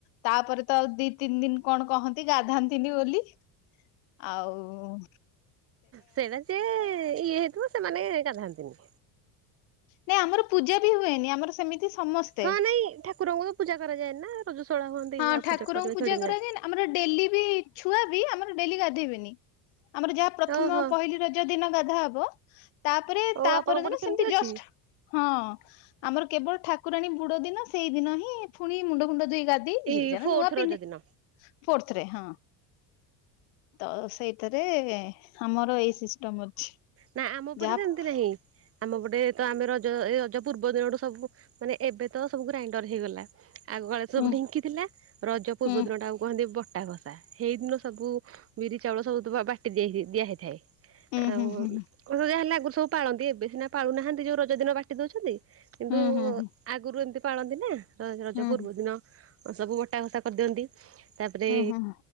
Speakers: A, on the left; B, on the right.
A: ତାପରେ ତ ଆଉ ଦି ତିନି ଦିନ କଣ କହନ୍ତି ଗାଧାନ୍ତିନି ବୋଲି। ଆଉ
B: ସେଇଟା ଯେ ଇଏ ହେଇଥିବ ସେମାନେ ଗାଧାନ୍ତିନି।
A: ନାଇଁ ଆମର ପୂଜା ବି ହୁଏନି ଆମର ସେମିତି ସମସ୍ତେ।
B: ହଁ ନାଇଁ ଠାକୁରଙ୍କୁ ତ ପୂଜା କରାଯାଏ ନା ରଜସଳା ହୁଅନ୍ତି
A: ହଁ
B: ଆଉ
A: ଠାକୁରଙ୍କୁ
B: ପୂଜା କରିବା ଥୋଡି
A: କରାଯାଏନି
B: ନା।
A: ଆମର ଡେଲି ବି ଛୁଆ ବି ଆମର ଡେଲି ଗାଧେଇବେନି ଆମର ଯାହା ପ୍ରଥମ
B: ଓହୋ
A: ପହିଲି ର ଦିନ ଗାଧାହବ ତାପରେ
B: ଓ
A: ତାପର
B: ଆପଣଙ୍କ ପଟେ
A: ଦିନ
B: ସେମିତି
A: ସେମତି
B: ଅଛି
A: ଜଷ୍ଟ୍ ହଁ ଆମର କେବଳ ଠାକୁରାଣୀ ବୁଡ ଦିନ ସେଇଦିନ ହିଁ ଫୁଣି ମୁଣ୍ଡ ଫୁଣ୍ଡ ଧୋଇ ଗା ଯିଏ
B: ଏଇ
A: ଯାର
B: ଫୋର୍ଥ
A: ନୂଆ ପିନ୍ଧେ।
B: ରଜ ଦିନ।
A: ଫୋର୍ଥରେ ହଁ ତ ସେଇଥିରେ ଆମର ଏଇ ସିଷ୍ଟମ୍ ଅଛି।
B: ନାଇଁ ଆମ ପଟେ
A: ଯାହା
B: ସେମତି ନାହିଁ ଆମ ପଟେ ତ ଆମେ ରଜ ଏଇ ରଜ ପୂର୍ବ ଦିନଠୁ ସବୁ ମାନେ ଏବେ ତ ସବୁ ଗ୍ରାଇଣ୍ଡର ହେଇଗଲା। ଆଗକାଳରେ ସବୁ
A: ହୁଁ
B: ଢିଙ୍କି ଥିଲା ରଜ ପୂର୍ବ
A: ହୁଁ
B: ଦିନଟାକୁ କୁହନ୍ତି ବଟା ବସ୍ ଆ ହେଇଦିନ ସବୁ ବିରି ଚାଉଳ ସବୁ ତ ବାଟି ଦେଇଥି ଦିଆ ହେଇଥାଏ
A: ହୁଁ
B: ଆଉ
A: ହୁଁ ହୁଁ
B: ଉରୁ ଯା ହେଲେ ଆଗରୁ ସବୁ ପାଳନ୍ତି ଏବେ ସିନା ପାଳୁନାହାନ୍ତି ଯୋଉ ରଜ ଦିନ ବାଟି ଦୋଉଚନ୍ତି କିନ୍ତୁ
A: ହୁଁ ହୁଁ ହୁଁ।
B: ଆଗୁରୁ ଏମିତି ପାଳନ୍ତି ନା ର-ରଜ
A: ହୁଁ
B: ପୂର୍ବ ଦିନ ସବୁ ବଟା ଘସା କରିଦିଅନ୍ତି। ତାପରେ
A: ହୁଁ